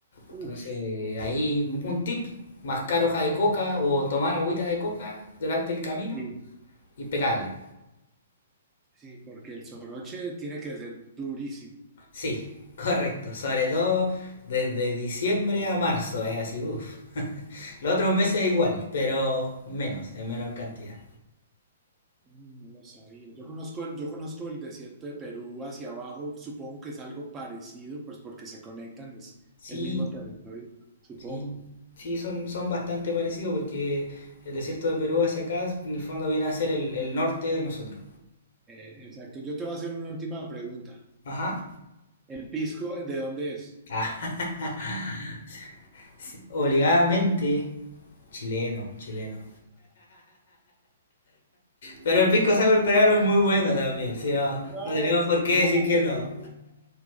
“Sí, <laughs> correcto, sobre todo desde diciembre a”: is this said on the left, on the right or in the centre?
Left